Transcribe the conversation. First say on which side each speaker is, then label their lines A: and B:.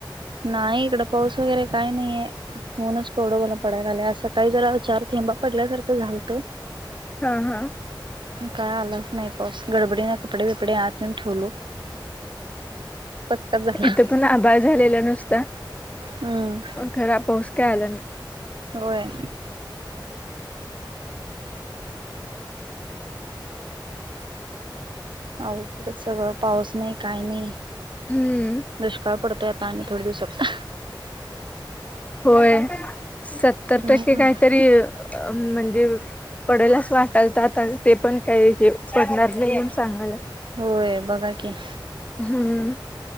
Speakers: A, on the right (about 70°); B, on the left (about 15°).
A: नाही, इकड पाऊस वगैरे काय नाहीये. ऊणूनच कवडं बला पडाय लागलय, आज सकाळी जरा चार थेंबा पडल्यासारखं झालत.
B: हा हा.
A: काय आलाच नाही पाऊस, गडबडीना कपडे बिपडे आतऊन ठेवलो. पचकाच झाला
B: इथं पण आभाळ झालेल नुसत.
A: हम्म
B: खरा पाऊस काय आला नाही.
A: होय. अ बरंच सगळं पाऊस नाही, काय नाही.
B: हम्म
A: दुष्काळ पडतोय आता, आणि थोडे दिवसात.
B: होय सत्तर
A: हम्म
B: टक्के काहीतरी म्हणजे, पडलाच वाटाल त आता ते पण काही पडणार नाही सांगायला.
A: होय बघा की.
B: हम्म